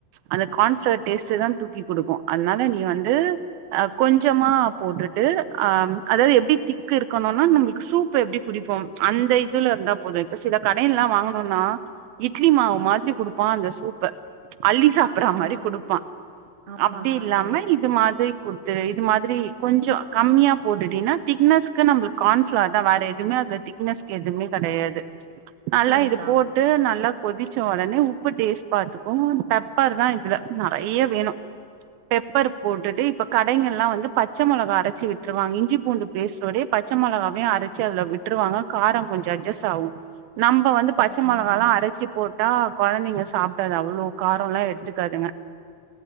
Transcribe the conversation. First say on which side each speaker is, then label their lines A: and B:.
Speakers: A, on the right (about 80°); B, on the right (about 45°).
A: அந்த கார்ன்ஃப்ளவர் டேஸ்ட்தான் தூக்கி கொடுக்கூ அதனால நீ வந்து அஹ் கொஞ்சமா போட்டுட்டு அஹ் அதாவது எப்படி திக்கு இருக்கணும்னா நம்பளுக்கு சூப் எப்டி குடிப்போ அந்த இதுல இருந்தா போது இப்ப சில கடை எல்லாம் வாங்கணும்னா இட்லி மாவு மாரி குடுப்பான் அந்த சூப்ப அள்ளி சாப்டுற
B: ஆ ஆமா
A: மாரி குடுப்பான்
B: ஆமாக்கா
A: அப்டி இல்லாம
B: கண்டிப்
A: இது மாதிரி குடுத்து இது மாதிரி கொஞ்சம் கம்மியாக போடுட்டின்னா திக்னஸ்க்கு நம்மளுக்கு கார்ன்ஃப்ளவர் தான் வேற எதுவுே அதில திக்னஸ்கு எதுவுமே கிடையாது நல்லா
B: சேரிக்கா
A: இது போட்டு நல்லா குடிச்ச உடனே உப்பு டேஸ்ட் பாத்தக்கும் பெப்பர் தான் இதுல நிறைய வேணும் பெப்பர் போட்டுட்டு இப்ப கடைகள் எல்லாம் வந்து பச்சை மிளகா அரைச்சி விட்டுருவாங்க இஞ்சி பூண்டு பேஸ்டோடே பச்சை மிளகாவே அரைச்சு அதுல விட்டுருவாங்க காரம் கொஞ்சம் அட்ஜஸ்ட் ஆகும் நம்ம வந்து பச்சை
B: ஓகேக்கா
A: மிளகால்லாம் அரைச் போட்டா குழந்தைங்க சாப்பிடாது அவ்வளோ காரம் எல்லா எடுத்துக்காதுங்க